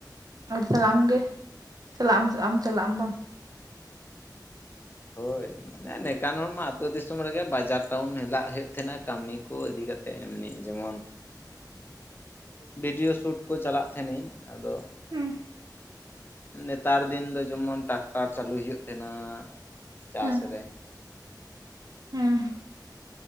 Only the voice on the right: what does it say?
ᱛᱟᱨᱯᱚᱨ ᱟᱢᱜᱮ ᱪᱟᱞᱟᱜ ᱟᱢ ᱟᱢ ᱪᱟᱞᱟᱜ ᱟᱢ ᱵᱟᱝ
ᱦᱩᱸ
ᱦᱮᱸ
ᱦᱮᱸ